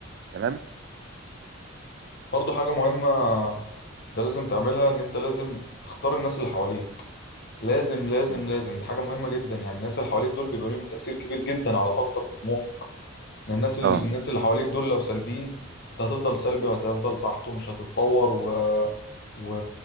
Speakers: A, on the right (about 55°); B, on the left (about 55°).
A: تمام
B: برضه حاجة مهمة انت لازم تعملها ان انت لازم تختار الناس اللي حواليك لازم لازم
A: مم.
B: لازم دي حاجة مهمة جدا يعني الناس اللي حواليك دول بيبقى ليهم تأثير كبير جدا على طاقتك وطموحك يعني الناس ال-
A: اه
B: الناس اللي حواليك دول لو سلبيين انت هتفضل سلبي وهتفضل تحت ومش هتتطور و... و...